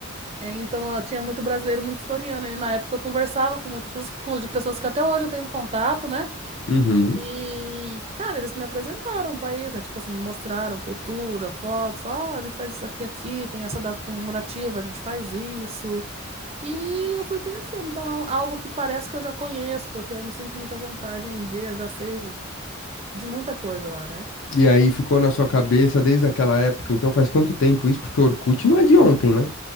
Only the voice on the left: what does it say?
Uhum.
E aí ficou na sua cabeça
desde aquela época. Então, faz quanto tempo isso? Porque o Orkut não é de ontem, né?